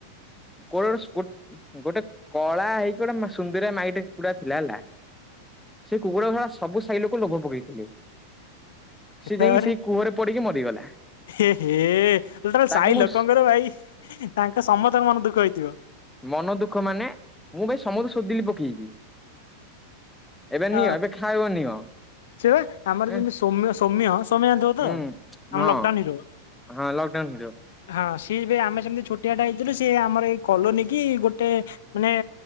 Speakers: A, in the centre; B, on the left.
A: କୋରୋ ସ୍ ଗୋ ଗୋଟେ କଳା ହେଇକି ଗୋଟେ ମା ସୁନ୍ଦିରା ମାଇଟେ କୁକୁଡା ଥିଲା ହେଲା ସେ କୁକୁଡ଼ା କୁ ଶଳା ସବୁ ସାହି ଲୋକ ଲୋଭ ପକେଇଥିଲେ, ସେ ଯାଇକି
B: ଆରେ
A: ସେଇ କୂଅରେ ପଡିକି ମରିଗଲା।
B: ହେ ହେ ଟୋଟାଲ୍
A: ତାକୁ
B: ସାହି
A: ମୁଁ
B: ଲୋକଙ୍କର ଭାଇ ତାଙ୍କ ସମସ୍ତଙ୍କ ମନ ଦୁଃଖ ହେଇଥିବ।
A: ମନ ଦୁଃଖ ମାନେ ମୁଁ ଭାଇ ସମସ୍ତକୁ ଶୋଦିଲି ପକେଇକି। ଏବେ
B: ଅ
A: ନିଅ ଏବେ ଖାଇବ ନିଅ।
B: ସେ ବା ଆମର
A: ହୁଁ
B: ଯେମିତି ସୋମ୍ୟ ସୋମ୍ୟ, ସୋମ୍ୟ ଜଣିଥିବ
A: ହୁଁ
B: ତ ଆମର
A: ହଁ
B: ଲକଡାଉନ୍ ହେଇଥିବ।
A: ହଁ ଲକଡାଉନ୍ ହେଇଥିବ।
B: ହଁ ସିଏ ଆମେ ସେମିତି ଛୋଟିଆ ଟା ହେଇଥିଲୁ ସି ଆମର ଏଇ କଲୋନୀ କି ଗୋଟେ ମାନେ